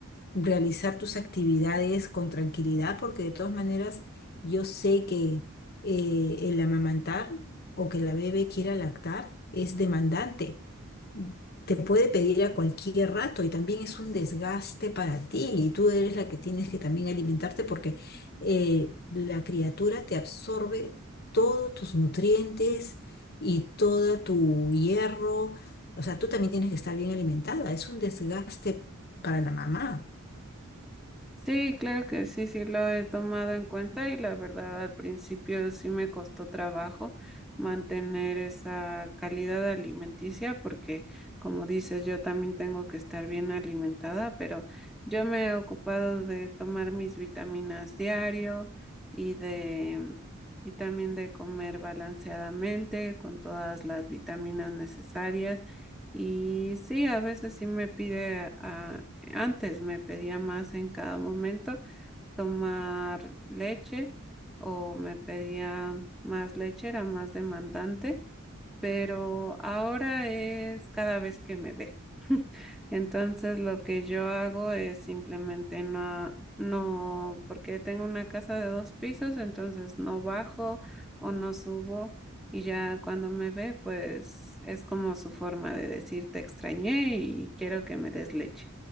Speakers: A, on the left; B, in the centre.
A: realizar tus actividades con tranquilidad, porque de todas maneras yo sé que eh, el amamantar o que la bebé quiera lactar es demandante. Te puede pedir a cualquier rato y también es un desgaste para ti y tú eres la que tienes que también alimentarte porque eh, la criatura te absorbe todos tus nutrientes y todo tu hierro. O sea, tú también tienes que estar bien alimentada. Es un desgaste para la mamá.
B: Sí, claro que sí, sí lo he tomado en cuenta y la verdad al principio sí me costó trabajo mantener esa calidad alimenticia porque como dices yo también tengo que estar bien alimentada, pero yo me he ocupado de tomar mis vitaminas diario y de y también de comer balanceadamente con todas las vitaminas necesarias. Y sí, a veces sí me pide ah, antes me pedía más en cada momento tomar leche o me pedía más leche, era más demandante, pero ahora es cada vez que me ve. <laughs> Entonces lo que yo hago es simplemente no, no, porque tengo una casa de dos pisos, entonces no bajo o no subo y ya cuando me ve, pues es como su forma de decir te extrañé y quiero que me des leche